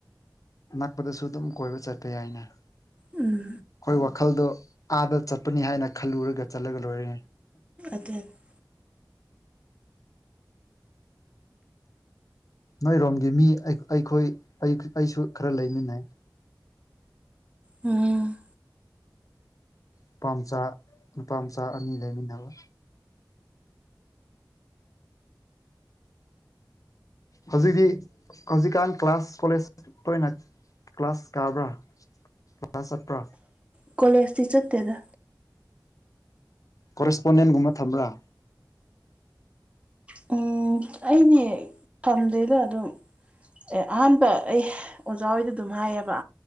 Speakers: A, on the left; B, on the right.
A: ꯅꯛꯄꯗꯁꯨ ꯑꯗꯨꯝ ꯀꯣꯏꯕ ꯆꯠꯄ ꯌꯥꯏꯅ ꯑꯩꯈꯣꯏ
B: ꯎꯝ
A: ꯋꯥꯈꯜꯗꯣ ꯑꯥꯗ ꯆꯠꯄꯅꯤ ꯍꯥꯏꯅ ꯈꯜꯂꯨꯔꯒ ꯆꯠꯂꯒ ꯂꯣꯏꯔꯦ
B: <unintelligible>
A: ꯅꯣꯏꯔꯣꯝꯒꯤ ꯃꯤ ꯑꯩꯈꯣꯏ ꯑꯩꯁꯨ ꯈꯔ ꯂꯩꯃꯤꯟꯅꯩ
B: ꯎꯝ
A: ꯅꯨꯄꯥꯝꯆꯥ ꯅꯨꯄꯥ ꯃꯆꯥ ꯑꯅꯤ ꯂꯩꯃꯤꯟꯅꯕ ꯍꯧꯖꯤꯛꯇꯤ ꯍꯧꯖꯤꯛꯀꯥꯟ ꯀ꯭ꯂꯥꯁ ꯀꯣꯂꯦꯖ ꯇꯣꯏꯅ ꯀ꯭ꯂꯥꯁ ꯀꯥꯕ꯭ꯔꯥ ꯀ꯭ꯂꯥꯁ ꯆꯠꯄ꯭ꯔꯥ
B: ꯀꯣꯂꯦꯖꯇꯤ ꯆꯠꯇꯦꯗ
A: ꯀꯣꯔꯦꯁꯄꯣꯟꯗꯦꯟꯒꯨꯝꯕ ꯊꯝꯕ꯭ꯔꯥ
B: ꯎꯝ ꯑꯩꯅꯦ ꯊꯝꯗꯦꯗ ꯑꯗꯨꯝ ꯑꯦ ꯑꯍꯥꯟꯕ ꯑꯩ ꯑꯣꯖꯥ ꯍꯣꯏꯗ ꯑꯗꯨꯝ ꯍꯥꯏꯌꯦꯕ